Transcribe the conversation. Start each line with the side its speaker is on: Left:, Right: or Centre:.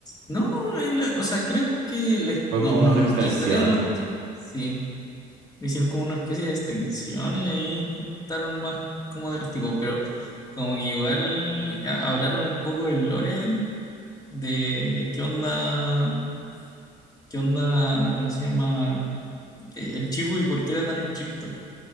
Left: No, no, es la- o sea, creo que la his-
Right: fue
Left: no,
Right: como
Left: no,
Right: una
Left: no,
Right: extensión?
Left: la historia de los tipos, sí, hicieron como una especie de extensión y ahí contaron más como de los tipos, pero como que igual a- hablaron un poco del lore, de qué onda, qué onda, ¿cómo se llama? Eh, El chivo y por qué era tan estricto.